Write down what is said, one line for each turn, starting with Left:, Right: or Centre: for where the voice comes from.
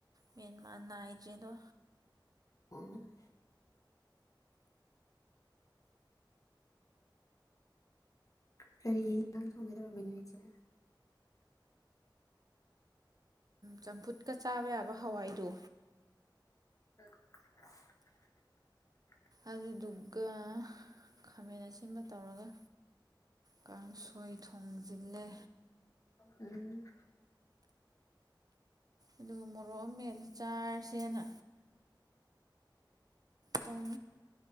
Right: ꯃꯦꯟꯃꯥꯟ ꯅꯥꯏꯗ꯭ꯔꯦꯗꯣ
Left: ꯎꯝ ꯀꯔꯤ ꯏꯟꯁꯥꯡ ꯊꯣꯡꯒꯦ ꯇꯧꯔꯝꯃꯤꯟꯅꯣ ꯏꯆꯦ
Right: ꯆꯝꯐꯨꯠꯀ ꯆꯥꯕ ꯌꯥꯕ ꯍꯋꯥꯏꯗꯣ
Left: <inaudible>
Right: ꯑꯗꯨ ꯗꯨꯒ ꯈꯥꯃꯦꯟ ꯑꯁꯤꯟꯕ ꯇꯧꯔꯒ ꯀꯥꯡꯁꯣꯏ ꯊꯣꯡꯖꯤꯜꯂꯦ
Left: ꯎꯝ
Right: ꯑꯗꯨꯒ ꯃꯣꯔꯣꯛ ꯑꯃ ꯃꯦꯠꯂ ꯆꯥꯔꯁꯦꯅ ꯇꯝ